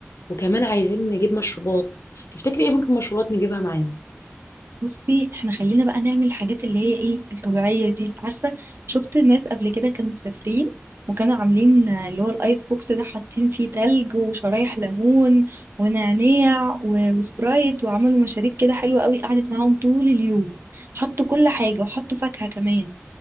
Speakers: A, on the left (about 75°); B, on the right (about 55°).
A: وكمان عايزين نجيب مشروبات تفتكري ايه ممكن مشروبات نجيبها معانا
B: بصي احنا خلينا بقى نعمل الحاجات اللي هي ايه الطبيعية دي عارفة شفت ناس قبل كده كانوا مسافرين وكانوا عاملين آه، اللي هو الايس بوكس ده حاطين فيه تلج وشرايح ليمون ونعناع و- وسبرايت وعملوا مشاريب كده حلوة قوي قعدت معاهم طول اليوم حطوا كل حاجة وحطوا فاكهة كمان